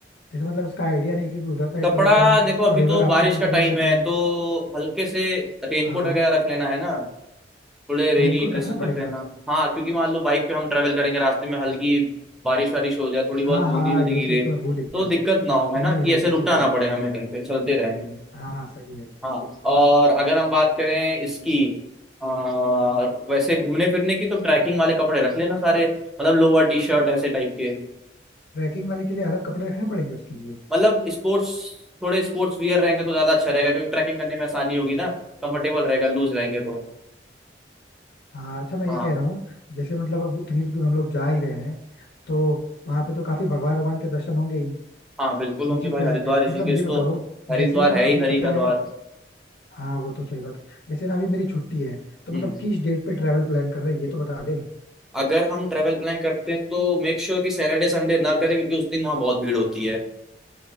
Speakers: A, on the left (about 60°); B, in the centre.
A: जैसे मतलब इसका आइडिया नहीं क्योंकि उधर साइड
B: कपड़ा
A: कभी गए नहीं
B: देखो अभी
A: और रिवर
B: तो
A: राफ्टिंग
B: बारिश का
A: करेंगे
B: टाइम
A: तो
B: है तो हल्के से रेनकोट
A: हाँ
B: वगैरह रख लेना है ना थोड़े रेनी
A: रेनकोट
B: ड्रेसेस
A: रखना
B: रख
A: पड़ेगा
B: लेना हाँ क्योंकि मान लो बाइक पे हम ट्रैवल करेंगे रास्ते में हल्की बारिश वारिश हो जाए थोड़ी
A: हाँ
B: बहुत बूंदी
A: हाँ
B: बूंदी
A: ये
B: गिरे
A: चीज तो मैं भूल ही
B: तो
A: गया
B: दिक्कत ना हो है
A: नहीं
B: ना
A: नहीं
B: कि
A: सही
B: ऐसे
A: है
B: रुकना
A: सही
B: ना
A: है
B: पड़े हमें कहीं पे चलते रहेंगे
A: हाँ हाँ सही है
B: हाँ और अगर हम बात करें इसकी आ, वैसे घूमने फिरने की तो ट्रैकिंग वाले कपड़े रख लेना सारे मतलब लोअर टी शर्ट ऐसे टाइप के
A: ट्रैकिंग वाले के लिए अलग कपड़े रखने पड़ेंगे उसके लिए
B: मतलब स्पोर्ट्स थोड़े स्पोर्ट्स वियर रहेंगे तो ज्यादा अच्छा रहेगा क्योंकि ट्रैकिंग करने में आसानी होगी ना कंफर्टेबल रहेगा लूज रहेंगे तो
A: हाँ अच्छा मैं
B: हाँ
A: ये कह रहा हूँ जैसे मतलब अब इतनी दूर हम लोग जा ही रहे हैं तो वहां पे तो काफी भगवान भगवान के दर्शन होंगे ही
B: हाँ बिल्कुल होंगे
A: ये चीज
B: भाई
A: तो
B: हरिद्वार
A: है
B: ऋषिकेश
A: मतलब ये बताओ
B: तो हरिद्वार
A: जैसे ना अभी
B: है ही हरि
A: पता
B: का द्वार
A: है हाँ वो तो सही बात है जैसे ना अभी मेरी छुट्टी है तो
B: हम्म
A: मतलब किस डेट पे ट्रेवल प्लान कर रहे हैं ये तो बता दें
B: अगर हम ट्रेवल प्लान करते हैं तो मेक श्योर कि सैटरडे संडे ना करें क्योंकि उस दिन वहाँ बहुत भीड़ होती है